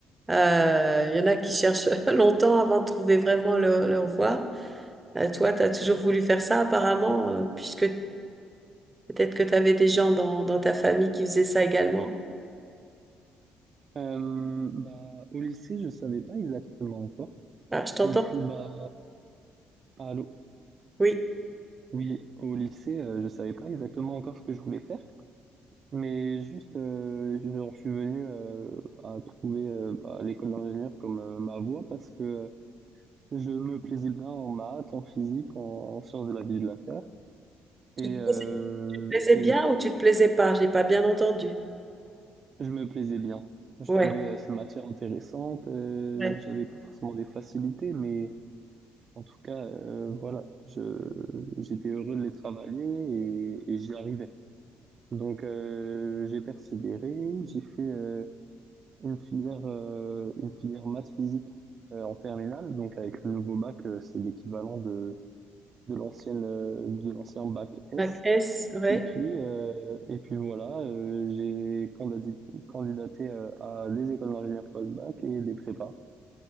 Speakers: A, on the right (about 20°); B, on the right (about 50°).
A: Euh, Il y en a qui cherchent <laughs> longtemps avant de trouver vraiment leur, leur voie. Euh, toi, tu as toujours voulu faire ça apparemment, euh, puisque peut-être que tu avais des gens dans, dans ta famille qui faisaient ça également.
B: Euh, bah, au lycée, je savais pas exactement encore.
A: Ah, je t'entends?
B: Et puis, bah, allô?
A: Oui.
B: Oui, au lycée, euh, je savais pas exactement encore ce que je voulais faire. Mais juste, euh, genre, je suis venu euh, à trouver euh, bah, l'école d'ingénieur comme euh, ma voie parce que euh, Je me plaisais bien en maths, en physique, en en sciences de la vie et de la terre. Et,
A: Tu te
B: euh,
A: plaisais, tu te plaisais
B: et
A: bien ou tu te plaisais pas? J'ai pas bien entendu.
B: je me plaisais bien. Je
A: Ouais,
B: trouvais euh, ces matières intéressantes. euh,
A: ouais.
B: j'avais pas forcément des facilités, mais en tout cas, euh, voilà, je, j'étais heureux de les travailler et, et j'y arrivais. Donc euh, j'ai persévéré, j'ai fait euh, une filière, euh, une filière maths physique euh, en terminale. Donc avec le nouveau bac, euh, c'est l'équivalent de, de l'ancienne, euh, de l'ancien bac S.
A: Bac S, ouais.
B: Et puis, heu, et puis voilà, heu, j'ai candadi candidaté, heu, à des écoles d'ingénieurs post-bac et des prépas,